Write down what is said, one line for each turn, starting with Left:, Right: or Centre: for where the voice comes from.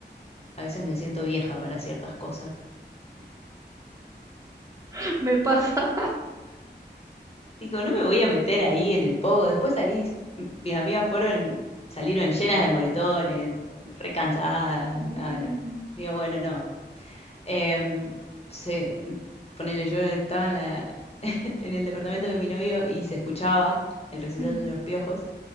Left: a veces me siento vieja para ciertas cosas.
Right: <laughs> Me pasa.
Left: Digo, no me voy a meter ahí en el pogo. Después salí, mis amigas fueron, salieron llenas de moretones, recansadas.
Right: Mm,
Left: No, no. Digo, bueno, no. Em, se, ponele, yo estaba en la, <laughs> en el departamento de mi novio y se escuchaba el recital
Right: mm.
Left: de los piojos.